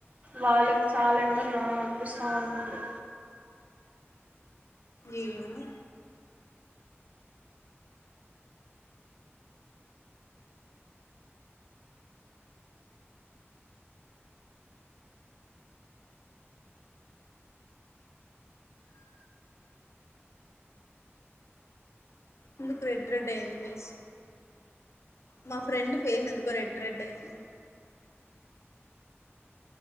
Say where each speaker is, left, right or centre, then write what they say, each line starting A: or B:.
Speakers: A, on the right; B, on the left.
A: వాళ్ళకి చాలా ఇండ్ల రా అనిపిస్తావుంటుంది.
B: ఏమో ఎందుకు రెడ్ రెడ్ అయింది ఫేస్. మా ఫ్రెండ్ ఫేస్ ఎందుకో రెడ్ రెడ్ అయింది.